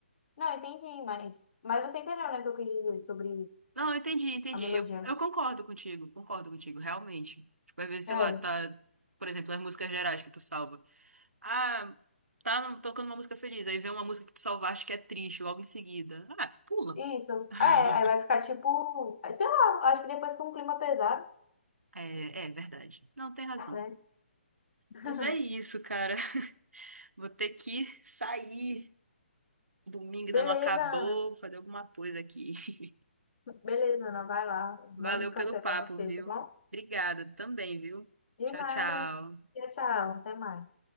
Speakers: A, on the left; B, on the right.
A: não, entendi, mas, mas você entendeu, né, o que eu quis dizer sobre
B: Não, eu entendi, entendi.
A: a melodia.
B: Eu, eu concordo contigo, concordo contigo, realmente. Tipo, às vezes,
A: É.
B: sei lá, tá. Por exemplo, as músicas gerais que tu salva. Ah, tá no- tocando uma música feliz. Aí vem uma música que tu salvaste que é triste logo em seguida. Ah, pula.
A: Isso.
B: <laughs>
A: É, aí vai ficar tipo, sei lá, acho que depois com um clima pesado,
B: É, é verdade. Não, tem razão.
A: né? <laughs>
B: Mas é isso, cara. <laughs> Vou ter que sair. Domingo
A: Beleza,
B: ainda não acabou,
A: Ana.
B: vou fazer alguma coisa aqui. <laughs>
A: Beleza, Ana, vai lá. Bom
B: Valeu
A: descanso
B: pelo
A: aí
B: papo,
A: pra você,
B: viu?
A: tá bom?
B: Obrigada também, viu?
A: De
B: Tchau,
A: nada.
B: tchau.
A: Tchau, tchau. Até mais.